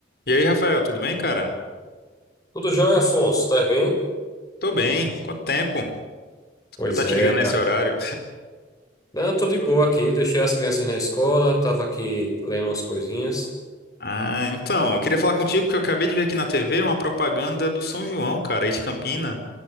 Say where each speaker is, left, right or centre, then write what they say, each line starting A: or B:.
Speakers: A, on the left; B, on the left.
A: E aí, Rafael, tudo bem, cara?
B: Tudo jóia, Afonso? Tá bem?
A: Tô bem. Quanto tempo? Desculpa
B: Pois
A: estar te
B: é,
A: ligando
B: cara.
A: nesse horário.
B: Não, tô de boa aqui. Deixei as crianças na escola, tava aqui lendo umas coisinhas.
A: Ah, então, eu queria falar contigo que eu acabei de ver aqui na TV uma propaganda do São João, cara, aí de Campina.